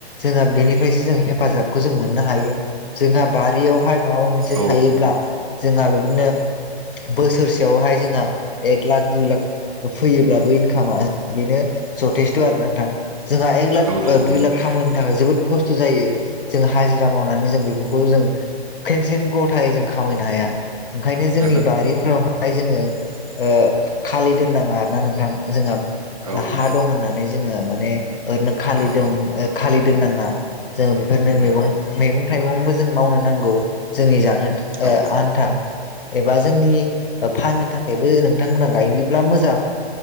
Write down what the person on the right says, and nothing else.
औ
औ नंगौ
ओहो
औ
औ
उम
औ